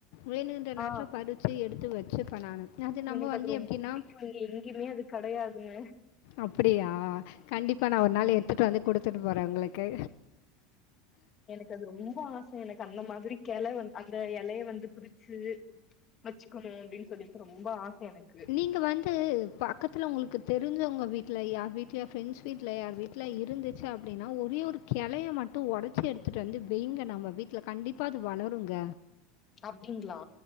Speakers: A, on the left; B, on the left.
A: வேணுன்ற நாட்ல
B: ஆ
A: பறிச்சு எடுத்து வச்சு பண்ணானும் அது நம்ம
B: எனக்கு
A: வந்து
B: ரொம்ப
A: எப்டின்னா
B: பிடிக்கு இங்க எங்கயுமே அது கடையாதுங்க
A: அப்டியா கண்டிப்பா நா ஒரு நாள் எடுத்துட்டு வந்து குடுத்துட்டு போறே உங்களுக் கு
B: கது ரொம்ப ஆச எனக்கு அந்த மாதிரி கெள வந் அந்த எலய வந்து பிரிச்சு வச்சுக்கணு அப்டின் சொல்லிட்டு ரொம்ப ஆச எனக்கு
A: நீங்க வந்து பக்கத்துல உங்களுக்கு தெரிஞ்சவுங்க வீட்ல யார் வீட்லயோ ஃபிரண்ட்ஸ் விட்ல யார் வீட் ல இருந்துச்சு அப்டின்னா ஒரே ஒரு கெளய மட்டு ஒடச்சு எடுத்துட்டு வந்து வெய்ங்க நம்ம வீட்ல கண்டிப் பா அது வளருங்க
B: அப்டிங்ளா